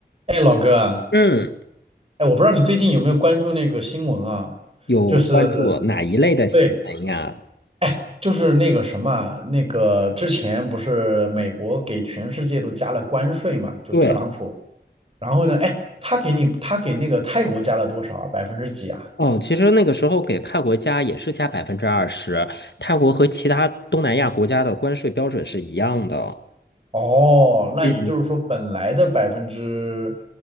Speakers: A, on the right; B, on the left.
A: 哎，老哥啊，
B: 嗯，
A: 哎，我不知道你最近有没有关注那个新闻啊？
B: 有关注哪一类的新闻呀？
A: 就是，对，哎，就是那个什么，那个之前不是美国给全世界都加了关税嘛，就特朗普。
B: 对，
A: 然后呢，哎，他给你，他给那个泰国加了多少啊百分之几啊？
B: 哦，其实那个时候给泰国加也是加百分之二十，泰国和其他东南亚国家的关税标准是一样的。
A: 哦，那也就是说本来的百分之
B: 嗯。